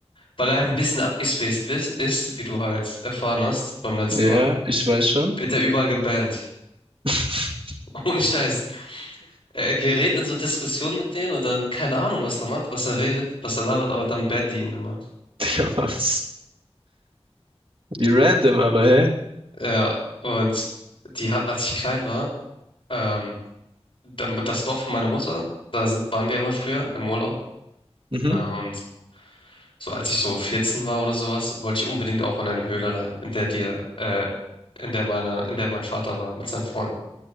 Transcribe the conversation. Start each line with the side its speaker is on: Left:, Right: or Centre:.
Left: weil er halt ein bisschen abgespaced ist, ist, wie du halt erfahren hast beim letzten
Right: Ja,
Left: Mal,
Right: ich weiß schon.
Left: wird er überall gebannt.
Right: <laughs>
Left: <laughs> Ohne Scheiß. Er gerät in so Diskussionen mit denen und dann keine Ahnung, was er macht, was er redet, was er labert, aber dann bannen die ihn immer.
Right: Digga, was? Wie random, aber hä?
Left: Ja, und die hatten, als ich klein war, ähm, dann- das Dorf von meiner Mutter, da sind, waren wir immer früher im Urlaub.
Right: Mhm,
Left: Und so als ich so 14 war oder sowas, wollte ich unbedingt auch in eine Höhle rein, in der dir, äh, in der meine, in der mein Vater war mit seinen Freunden.